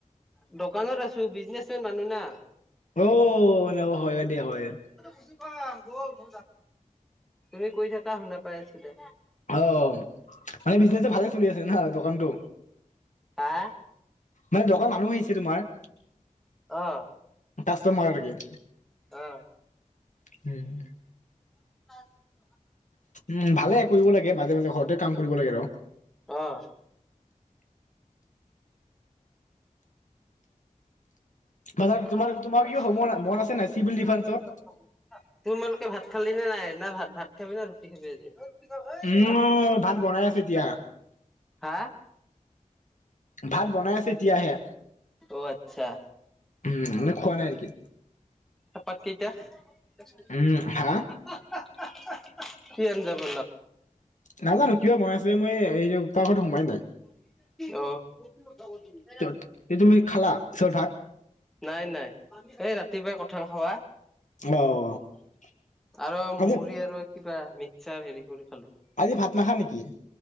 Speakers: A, in the centre; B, on the left (about 65°).
A: দোকানত আছো বিজনেচমেন মানুহ না।
B: ঔ, এনে কোৱা হৈয়ে দিয়া হয়ে।
A: <unintelligible> তুমি কৈ থাকা শুনা পাই আছো দে।
B: অহ, মানে বিজনেচটো ভালে চলি আছে না দোকানটো?
A: হা?
B: মানে দকান মানুহ আহিছে তোমাৰ?
A: অ
B: কাষ্টমাৰ নেকি?
A: আহ
B: উম।
A: <unintelligible>
B: উম, ভালে কৰিব লাগে মাজে -মাজে ঘৰতে কাম কৰিব লাগে ৰ
A: অ
B: পাছত
A: <unintelligible> <unintelligible>
B: তোমাৰ তোমাৰ কিবা হ'ব মন আছে নাই চিভিল ডিফেন্সত
A: না ভাত -ভাত খাবি না ৰুটি খাবি আজি? <unintelligible>
B: উম ভাত বনাই আছে এতিয়া
A: হা
B: ভাত বনাই আছে এতিয়াহে।
A: অহ, আচ্ছা।
B: উম, মানে খোৱা নাই নেকি?
A: চাহপাত কেইটা <unintelligible>
B: উম হা
A: কি আঞ্জা <unintelligible>
B: নাজানো কিয় বনাই আছে মই পাকঘৰত সোমাই
A: অহ <unintelligible>
B: নাই তুমি খালা পিছত ভাত
A: নাই নাই এই ৰাতিপুৱাই কঠাল খোৱা
B: অ
A: আৰু
B: আজি
A: মুড়ি আৰু কিবা মিক্সাৰ হেৰি কৰি খালো
B: আজি ভাত নাখা নেকি